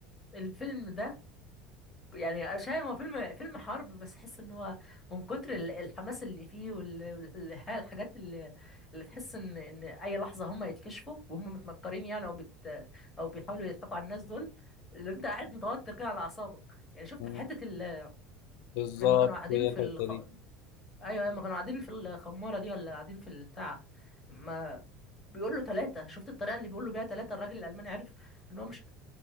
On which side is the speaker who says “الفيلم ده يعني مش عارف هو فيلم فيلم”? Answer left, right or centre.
Left